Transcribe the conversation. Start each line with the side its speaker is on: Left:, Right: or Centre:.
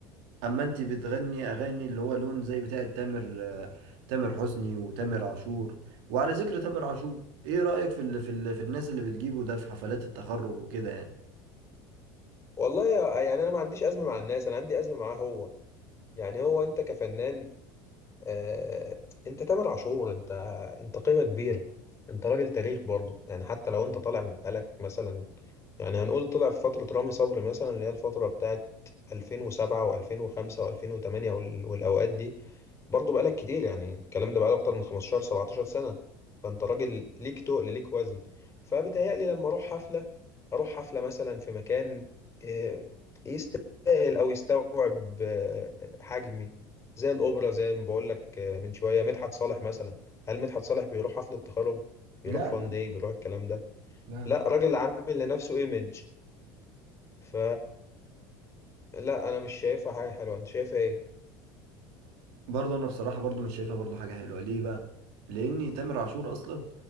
Right: اما انت بتغني اغاني اللي هو لون زي بتاعة تامر آه، تامر حسني وتامر عاشور وعلى ذكر تامر عاشور ايه رأيك في ال في ال في الناس اللي بتجيبه ده في حفلات التخرج وكده يعني
Left: والله يا- يعني انا ما عنديش ازمه مع الناس انا عندي ازمه معاه هو يعني هو انت كفنان آه، انت تامر عاشور انت انت قيمه كبيره انت راجل تاريخ برضه يعني حتى لو انت طالع بقالك مثلا يعني هنقول طلع في فتره رامي صبري مثلا اللي هي الفتره بتاعت 2007 و2005 و2008 والاوقات دي برضه بقالك كتير يعني الكلام ده بقاله اكتر من 15 17 سنة فانت راجل ليك تقل ليك وزن فبتهيألي لما اروح حفلة اروح حفلة مثلا في مكان آه، يستاهل او يستوعب آه، حجمي زي الاوبرا زي ما بقول لك آه، من شوية مدحت صالح مثلا هل مدحت صالح بيروح حفلة تخرج بيروح
Right: لا
Left: فان
Right: لا
Left: داي بيروح الكلام ده
Right: لا
Left: لا راجل عامل لنفسه ايمج ف لا انا مش شايفها حاجة حلوة انت شايفها ايه
Right: برضه انا بصراحه برضه مش شايفها برضه حاجه حلوه ليه بقى لان تامر عاشور اصلا